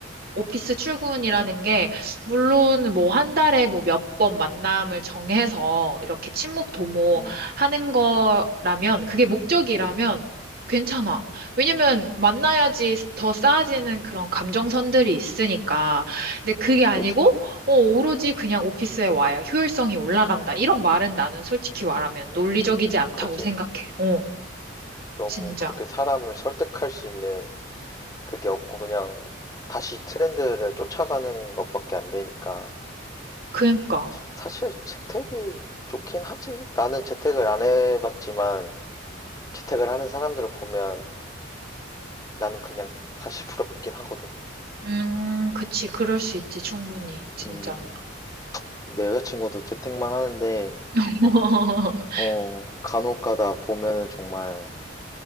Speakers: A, on the right; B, on the left.
A: 오피스 출근이라는
B: 음,
A: 게, 물론 뭐 한 달에 뭐 몇 번 만남을 정해서 이렇게 친목 도모
B: 음,
A: 하는 거라면, 그게 목적이라면 괜찮아. 왜냐면 만나야지 더 쌓아지는 그런 감정선들이 있으니까. 근데 그게 아니고,
B: 그치,
A: 어, 오로지 그냥 오피스에 와야 효율성이 올라간다. 이런 말은 나는 솔직히 말하면
B: 음,
A: 논리적이지 않다고
B: 그치.
A: 생각해. 어.
B: 너무
A: 진짜.
B: 그렇게 사람을 설득할 수 있는 그게 없고 그냥 다시 트렌드를 쫓아가는 것밖에 안 되니까.
A: 그니까.
B: 사실 재택이 좋긴 하지. 나는 재택을 안 해봤지만 재택을 하는 사람들을 보면 나는 그냥 사실 부럽긴 하거든.
A: 음, 그치. 그럴 수 있지. 충분히. 진짜.
B: 음, 내 여자친구도 재택만 하는데,
A: <laughs>
B: 어, 간혹가다 보면은 정말